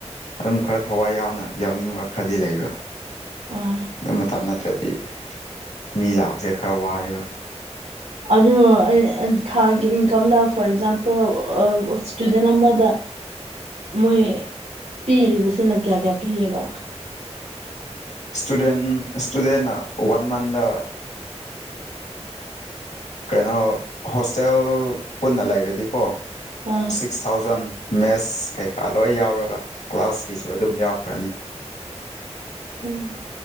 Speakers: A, on the left; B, on the right.
A: ꯑꯗꯨꯝ ꯈꯔ ꯊꯋꯥꯏ ꯌꯥꯎꯅ ꯌꯥꯎꯅꯤꯡꯕ ꯈꯔꯗꯤ ꯂꯩꯕ꯭ꯔꯥ
B: ꯑꯥ
A: ꯑꯗꯨ ꯃꯇꯝꯞ ꯅꯠꯇ꯭ꯔꯗꯤ ꯃꯤ ꯂꯥꯛꯄꯁꯦ ꯈꯔ ꯋꯥꯏꯑꯕ
B: ꯑꯗꯨ ꯊꯥꯒꯤ ꯏꯟꯀꯝꯗ ꯐꯣꯔ ꯑꯦꯛꯖꯥꯝꯄꯜ ꯏꯁꯇꯨꯗꯦꯟ ꯑꯃꯗ ꯃꯣꯏ ꯄꯤꯔꯤꯕꯁꯤꯅ ꯀꯌꯥ ꯀꯌꯥ ꯄꯤꯌꯦꯕ
A: ꯁꯨꯗꯦꯟ ꯁꯨꯗꯦꯟ ꯋꯥꯟ ꯃꯟ ꯑ ꯀꯩꯅꯣ ꯍꯣꯁꯇꯦꯜ ꯄꯨꯟꯅ ꯂꯩꯔꯗꯤꯀꯣ
B: ꯑꯥ
A: ꯁꯤꯛꯁ ꯊꯥꯎꯖꯟ ꯃꯦꯠꯁ ꯀꯩꯀꯥ ꯂꯣꯏ ꯌꯥꯎꯔꯒ ꯀ꯭ꯂꯥꯁꯀꯤꯁꯨ ꯑꯗꯨꯝ ꯌꯥꯎꯈ꯭ꯔꯅꯤ
B: ꯎꯝ